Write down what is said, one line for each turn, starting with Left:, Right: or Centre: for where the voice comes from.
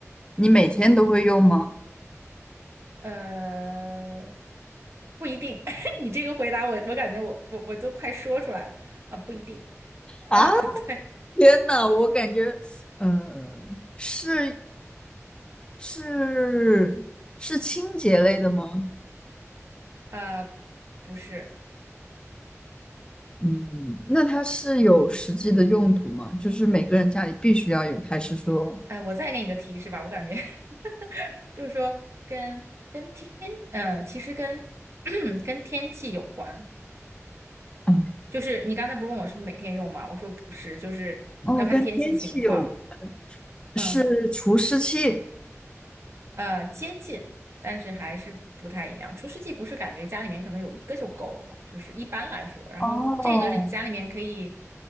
Left: 你每天都会用吗？
Right: 呃，不一定。<laughs> 你这个回答我，我感觉我我我都快说出来了啊，不一定，呃，
Left: 啊，
Right: <laughs> 对，
Left: 天呐，我感觉，呃，是是是清洁类的吗？
Right: 呃，不是，
Left: 嗯，那它是有实际的用途吗？就是每个人家里必须要有，还是说，
Right: 呃，我再给你个提示吧，我感觉 <laughs> 就是说跟跟天，呃，其实跟 <clears throat> 跟天气有关，
Left: 嗯？
Right: 就是你刚才不是问我是不是每天用吗？我说不是，就是要看天气情况，
Left: 哦，跟天气有，
Right: 嗯。
Left: 是除湿器
Right: 呃，接近，但是还是不太一样。除湿机不是感觉家里面可能有一个就够了嘛，就是一般来说。然后这个是你家里面可以，
Left: 哦，